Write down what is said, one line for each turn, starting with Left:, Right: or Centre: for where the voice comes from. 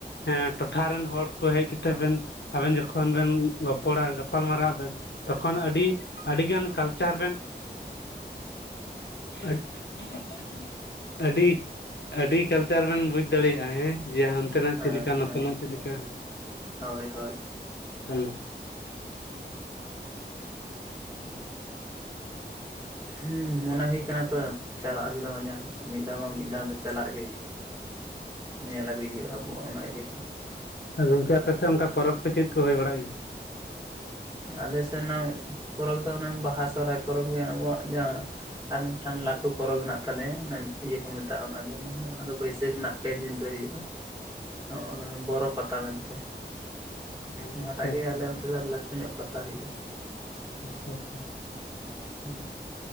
Left: ᱦᱮᱸ ᱴᱚᱴᱷᱟ ᱨᱮᱱ ᱦᱚᱲ ᱠᱚ ᱦᱮᱡ ᱠᱟᱛᱮᱜ ᱵᱮᱱ ᱟᱵᱮᱱ ᱡᱚᱠᱷᱚᱱ ᱵᱮᱱ ᱨᱚᱯᱚᱲᱟ ᱜᱚᱯᱟᱞ ᱢᱟᱨᱟᱣ ᱟᱵᱮᱱ ᱛᱚᱠᱷᱚᱱ ᱟᱹᱰᱤ ᱟᱹᱰᱤᱜᱟᱱ ᱠᱟᱞᱪᱟᱨ ᱵᱮᱱ <unintelligible> ᱟᱹᱰᱤ ᱟᱹᱰᱤ ᱠᱟᱞᱪᱟᱨ ᱵᱮᱱ ᱵᱩᱡᱽ ᱫᱟᱲᱮᱭᱟᱜᱼᱟ ᱦᱮᱸ ᱡᱟᱦᱟᱱ ᱚᱱᱛᱮᱱᱟᱜ
Right: ᱦᱮᱸ
Left: ᱪᱮᱫ ᱞᱮᱠᱟ
Right: ᱦᱮᱸ
Left: ᱱᱚᱛᱮᱱᱟᱜ ᱪᱮᱫ ᱞᱮᱠᱟ ᱦᱮᱸ
Right: ᱦᱳᱭ ᱦᱳᱭ
Left: ᱦᱮᱸ <inaudible>
Right: ᱦᱩᱸ ᱢᱚᱱᱮ ᱦᱩᱭ ᱠᱟᱱᱟ ᱛᱚ ᱪᱟᱞᱟᱜ ᱦᱩᱭᱩᱜᱼᱟᱧ ᱢᱤᱫ ᱫᱷᱟᱣ ᱵᱟᱝ ᱢᱤᱫ ᱫᱷᱟᱣ ᱫᱚ ᱪᱟᱞᱟᱜ ᱜᱮ ᱦᱩᱭᱩᱜᱼᱟ ᱧᱮᱞ ᱟᱹᱜᱩᱭ ᱦᱩᱭᱩᱜᱼᱟ ᱟᱵᱚ ᱚᱱᱟ ᱤᱭᱟᱹ
Left: ᱟᱨ ᱜᱚᱝᱠᱮ ᱟᱯᱮᱥᱮᱫ ᱚᱱᱠᱟ ᱯᱚᱨᱚᱵᱽ ᱠᱚ ᱪᱮᱫ ᱠᱚ ᱦᱩᱭ ᱵᱟᱲᱟᱜ ᱜᱮᱭᱟ
Right: ᱟᱞᱮ ᱥᱮᱱᱟᱜ ᱯᱚᱨᱚᱵᱽ ᱫᱚ ᱚᱱᱮ ᱵᱟᱦᱟ ᱥᱚᱨᱚᱦᱟᱭ ᱯᱚᱨᱚᱵᱽ ᱜᱮ ᱟᱵᱚᱣᱟᱜ ᱡᱟᱦᱟᱸ ᱟᱨ ᱢᱤᱫᱴᱟᱝ ᱞᱟᱟᱹᱴᱩ ᱯᱚᱨᱚᱵᱽ ᱦᱮᱱᱟᱜ ᱛᱟᱞᱮᱭᱟ ᱚᱱᱮ ᱤᱭᱟᱹ ᱠᱚ ᱢᱮᱛᱟᱜᱼᱟ ᱚᱱᱟ ᱢᱚᱱᱮ ᱚᱱᱟ ᱫᱚ ᱵᱟᱹᱭᱥᱟᱹᱠᱷ ᱨᱮᱱᱟᱜ ᱯᱮ ᱫᱤᱱ ᱨᱮ ᱦᱳᱼᱟ
Left: <inaudible>
Right: ᱱᱚᱜᱼ ᱱᱚᱣᱟ ᱵᱚᱨᱚ ᱯᱟᱛᱟ ᱢᱮᱱ ᱛᱮ
Left: ᱚ
Right: ᱚᱱᱟᱴᱟᱜ
Left: ᱟᱪᱪᱷᱟ
Right: ᱜᱮ
Left: ᱟᱪᱪᱷᱟ
Right: ᱟᱞᱮ ᱚᱱᱛᱮ ᱫᱚ ᱞᱟᱴ ᱧᱟᱹᱜ ᱯᱟᱛᱟ ᱦᱩᱭᱩᱜᱼᱟ
Left: ᱟᱪᱷᱟ ᱟᱪᱷᱟ
Right: ᱦᱮᱸ